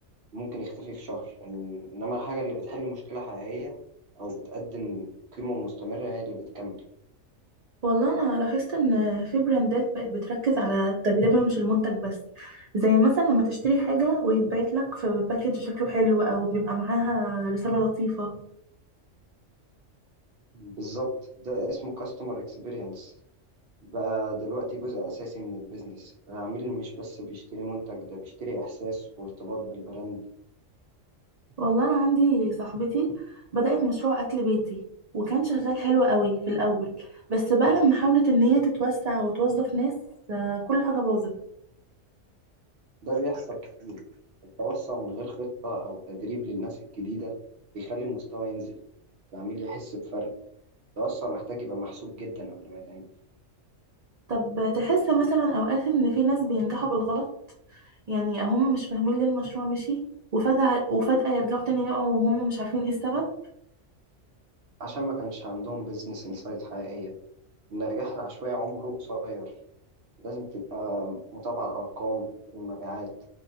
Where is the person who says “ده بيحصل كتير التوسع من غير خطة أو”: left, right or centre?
Right